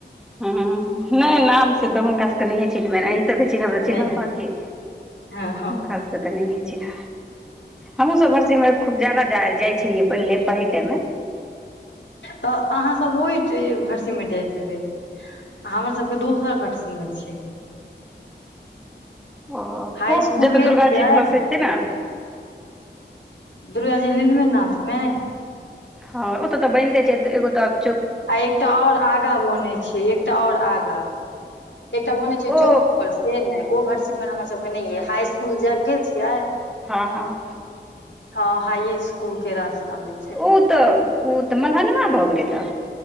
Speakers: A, in the centre; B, on the left.
A: हुं- हुं- हुं -नय नाम से
B: हँ,
A: तऽ हुनका सब के नहियें चिन्हबैन। अहिं सब के चिन्हब त चिनहब
B: नहि
A: बांकी
B: हँ हँ
A: हुनका हमहु सब भटसिम्मैर, खूब जादा जा-जाइ छलियै। पहिले पढ़य टाइमे।
B: तऽ अहाँसभ ओय ट भटसिम्मैर जाइत हेबै। आ हमर सभके दोसर भटसिम्मैर छै।
A: ओ
B: हाइ
A: पोक
B: इसकुल
A: जतऽ
B: गेल
A: दुर्गा
B: छियै?
A: जी भसै छै ने
B: दुर्गा जी नीलमे नथमे?
A: हँ ओतऽ तऽ बैनिते छैऽ, एत् एगो तक
B: आ एकटा और आगा बनै छे एकटा और आगाँ। एकटा बनै छै
A: ओ
B: चौक पर से नय, ओ भटसिमर हमर सब के नर अय। हाई इसकुल जा - गेल छियै?
A: हँ -हँ-
B: हँ, हाइये स्कूल के रास्ता में छै।
A: ओ तऽ ओ तऽ मलहनमा भऽ गेलै तऽ।